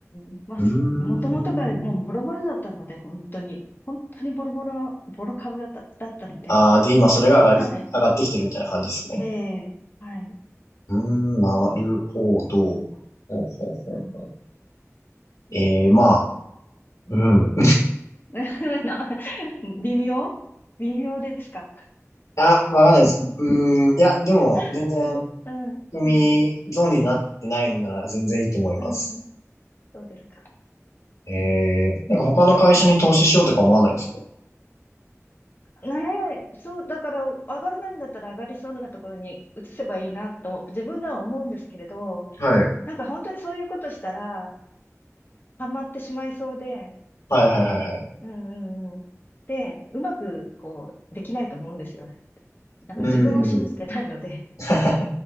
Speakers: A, on the left (about 40°); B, on the left (about 75°).
A: ん、まあす、
B: うー
A: もともとがもうボロボロだったので、
B: ん。
A: 本当に、本当にボロボロの、ボロ株だった、だったので、
B: ああ、で、今それが上がり、
A: それはい、
B: 上がってきてるみたいな感じですね。
A: ええはい、
B: うーん、なるほど。ほうほうほうほう。
A: うん、
B: ええまあ、うん。
A: <laughs> な微妙微妙ですか
B: あ、わかんないです。うーん、いや、でも、
A: <laughs>
B: 全然、
A: うん、
B: 組ゾーンになってないのなら全然いいと思います。
A: うん、うん。そうですか。
B: えー、なんか他の会社に投資しようとか思わないですか
A: ねえ、そう、だから、上がらないんだったら上がりそうなところに移せばいいなと、自分では思うんですけれど、
B: はい。
A: なんか本当にそういうことしたら、ハマってしまいそうで、
B: はいはいはいはい。
A: うんうんうん。で、うまく、こう、できないと思うんですよ。なんか自分を信じてないので。
B: うん。<laughs> あ